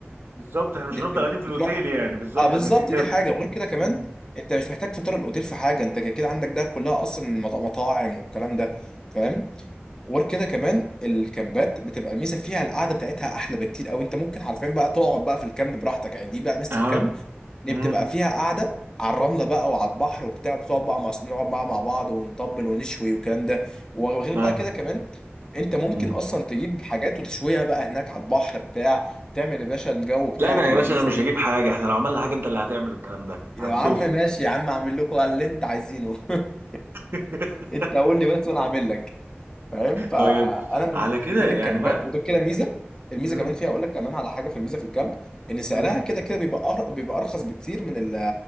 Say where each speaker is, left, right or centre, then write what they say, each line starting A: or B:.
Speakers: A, on the right; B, on the left.
A: بالظبط احنا مش
B: اللي
A: هنفضل
B: انت
A: قاعدين في
B: بتروح
A: الاوتيل
B: <laughs>
A: يعني بالظبط
B: اه بالظبط
A: احنا كده كده
B: دي حاجه وغير كده كمان
A: مم.
B: انت مش محتاج فطار الاوتيل في حاجه انت كده كده عندك دهب كلها اصلا مط- مطاعم والكلام ده فاهم وغير كده كمان الكامبات بتبقى الميزه فيها القعده بتاعتها احلى بكتير او انت ممكن حرفيا بقى تقعد بقى في الكامب براحتك يعني دي بقى ميزه
A: اه
B: الكامب
A: امم
B: ان بتبقى فيها قاعده على الرمله بقى وعلى البحر وبتاع بتقعد بقى مع نقعد بقى مع بعض ونطبل ونشوي والكلام ده وغير
A: فاهم
B: بقى كده كمان انت ممكن
A: مم.
B: اصلا تجيب حاجات وتشويها بقى هناك على البحر بتاع تعمل يا باشا الجو بتاعك
A: لا انا يا
B: اللذيذ
A: باشا انا مش هجيب حاجه احنا لو عملنا حاجه انت اللي هتعمل الكلام ده
B: يا
A: على الظهر
B: عم ماشي يا عم اعمل لكم اللي انت عايزينه <laughs>
A: <laughs>
B: انت قول لي بس وانا اعمل لك فاهم فانا
A: طيب
B: بالنسبه
A: على كده
B: لي
A: يعني
B: الكامبات
A: ما
B: وغير كده ميزه الميزه
A: امم
B: كمان فيها اقول لك كمان على حاجه في الميزه في الكامب ان سعرها
A: امم
B: كده كده بيبقى أر... بيبقى ارخص بكتير من ال